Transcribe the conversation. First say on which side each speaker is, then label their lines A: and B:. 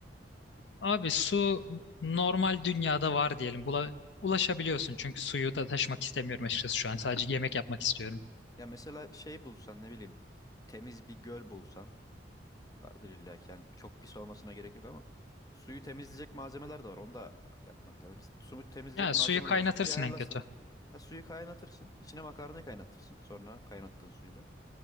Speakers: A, on the left; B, on the left.
A: Abi su normal dünyada var diyelim. Bula, ulaşabiliyorsun çünkü suyu da taşımak istemiyorum açıkçası şu an. Sadece yemek yapmak istiyorum.
B: Ya mesela şey bulsan ne bileyim temiz bir göl bulsan Vardır illa ki yani çok pis olmasına gerek yok ama suyu temizleyecek malzemeler de var. Onu da yapmak lazım. Mesela Suyu temizleyecek
A: Ya
B: malzemen
A: suyu kaynatırsın
B: olsa suyu ayarlasın.
A: en kötü.
B: Ha, suyu kaynatırsın. İçine makarnayı kaynatırsın. Sonra kaynattığın suyla.